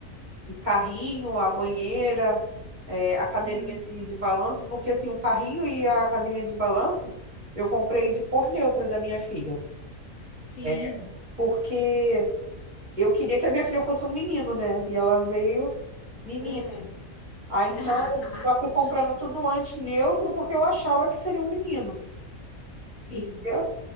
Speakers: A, on the right (about 40°); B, on the left (about 70°).
A: o carrinho, a banheira, é, a cadeirinha
B: Uhum.
A: de, de balanço, porque assim, o carrinho e a cadeirinha de balanço eu comprei de cor neutra da minha filha,
B: Sim,
A: É, porque eu queria que a minha filha fosse um menino, né? E ela veio menina.
B: é.
A: Aí
B: <laughs>
A: então eu já fui comprando tudo antes neutro, porque eu achava que seria um menino,
B: Sim.
A: entendeu?